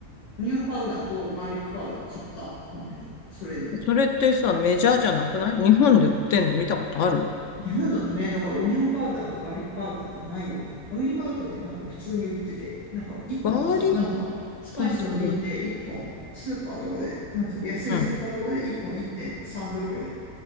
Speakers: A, on the left; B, on the left.
A: オニオンパウダーとガーリックパウダー買った、この間。それで。
B: それってさ、メジャーじゃなくない日本で売ってんの見たことある
A: 日本だとね、だからオニオンパウダーとかガーリックパウダーってないよね。アメリカだとね、なんか普通に売ってて、なんか一本さ、
B: ガーリック
A: なんかスパイスの瓶で一本、
B: パウダー。
A: スーパーとかで、なんつう、安いスーパーとかで一本1.3ドルぐらい。
B: うん。